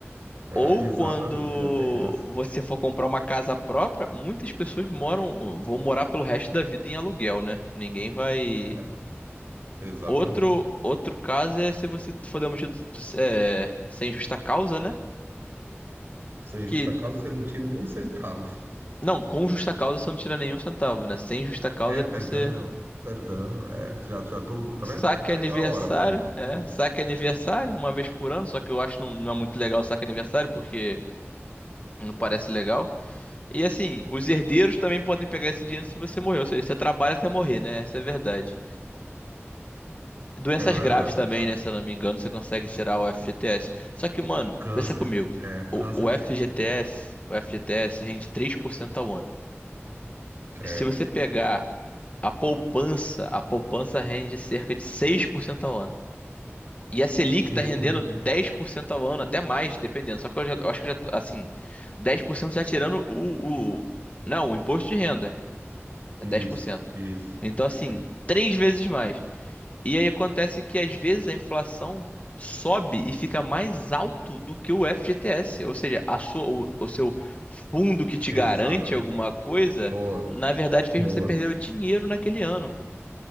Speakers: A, on the right (about 55°); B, on the left (about 30°).
A: É,
B: ou
A: exatamente,
B: quando
A: ainda tem essa.
B: você for comprar uma casa própria, muitas pessoas moram, vão morar pelo resto da vida em aluguel, né? Ninguém vai
A: É, exatamente.
B: Outro, outro caso é se você for demitido, é, sem justa causa, né?
A: Sem
B: que
A: justa causa você não tira nem um centavo.
B: não, com justa causa você não tira nenhum centavo, né? Sem justa causa
A: É, perdão,
B: que você
A: perdão. É, já, já tô. Tá
B: saque
A: vendo? Aí
B: aniversário,
A: a hora, mano, já tô
B: é,
A: bom.
B: saque aniversário uma vez por ano, só que eu acho não, não é muito legal o saque aniversário porque não parece legal. E assim, os herdeiros também podem pegar esse dinheiro se você morrer, ou seja, você trabalha até morrer, né? Essa é a verdade. Doenças
A: É verdade,
B: graves também,
A: cara.
B: né? Se eu não me engano, você consegue tirar o FGTS. Só que, mano,
A: Câncer.
B: pensa comigo.
A: É,
B: O,
A: câncer tira.
B: o FGTS, o FGTS rende 3% ao ano.
A: Credo.
B: se você pegar a poupança, a poupança rende cerca de 6% ao ano. E a Selic
A: O
B: está
A: dobro,
B: rendendo
A: né?
B: 10% ao ano, até mais, dependendo. Só que eu já, eu acho que eu já, tô, assim, 10% já tirando o, o, não, o imposto de renda, é
A: Isso,
B: dez por cento
A: isso.
B: Então, assim,
A: É,
B: três vezes mais. E aí acontece que às vezes a inflação sobe e fica mais alto do que o FGTS, ou seja, a sua, o, o seu fundo que te
A: exatamente.
B: garante alguma coisa,
A: Boa,
B: na verdade fez
A: boa,
B: você perder o dinheiro naquele ano.